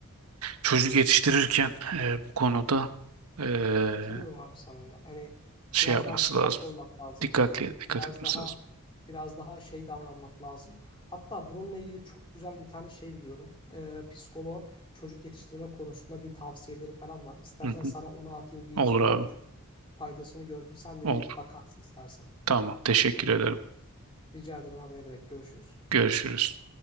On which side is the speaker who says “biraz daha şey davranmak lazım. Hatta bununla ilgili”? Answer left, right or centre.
Left